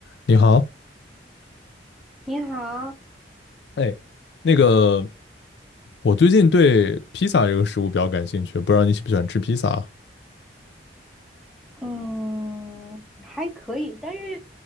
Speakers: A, on the left; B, in the centre.
A: 你好，
B: 你好，
A: 哎，那个，我最近对披萨这个食物比较感兴趣，不知道你喜不喜欢吃披萨啊？
B: 嗯，还可以，但是